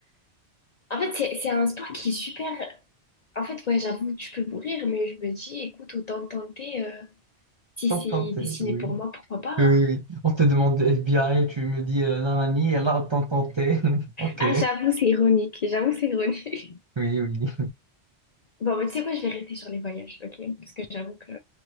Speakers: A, on the left; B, on the right.
A: En fait, c'est, c'est un sport qui est super. En fait, ouais, j'avoue, tu peux mourir, mais je me dis, écoute, autant tenter. euh, si
B: T'as
A: c'est
B: tenté,
A: destiné
B: oui.
A: pour moi, pourquoi pas,
B: Oui,
A: hein.
B: oui, oui. On te demande de FBI, tu me dis euh, nanani, et là, t'as tenté. <laughs> Ok,
A: Ah, j'avoue, c'est ironique. J'avoue, c'est ironique. <laughs>
B: oui, oui.
A: Bon, mais tu sais quoi, je vais rester sur les voyages, ok? Parce que j'avoue que